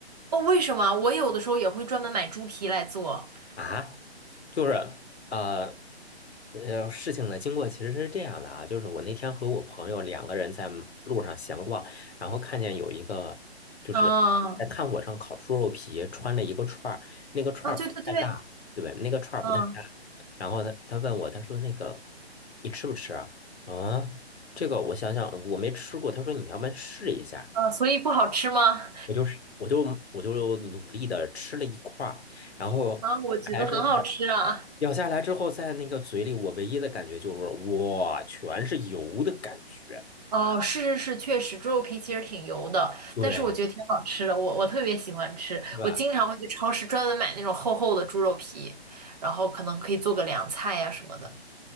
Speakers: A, on the right; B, on the left.
A: 哦，为什么？我有的时候也会专门买猪皮来做。
B: 啊。就是呃呃，事情的经过其实是这样的啊，就是我那天和我朋友两个人在路上闲逛，然后看见有一个就是在炭火上烤猪肉皮，
A: 嗯，
B: 穿了一个串儿，那个串儿不太大，
A: 啊，对对对，
B: 对，那个串儿不太大。
A: 嗯，
B: 然后他他问我，他说那个你吃不吃啊？嗯，这个我想想，我没吃过。他说你要不然试一下，
A: 啊，所以不好吃吗？
B: 我就是我就我就努力的吃了一块儿，然后来之后。
A: 啊，我觉得很好吃啊。
B: 咬下来之后，在那个嘴里，我唯一的感觉就是哇，全是油的感觉，
A: 哦，是是是，确实，猪肉皮其实挺油的，
B: 对，
A: 但是我觉得挺好吃的，我我特别喜欢吃，
B: 是吧？
A: 我经常会去超市专门买那种厚厚的猪肉皮，然后可能可以做个凉菜呀、什么的，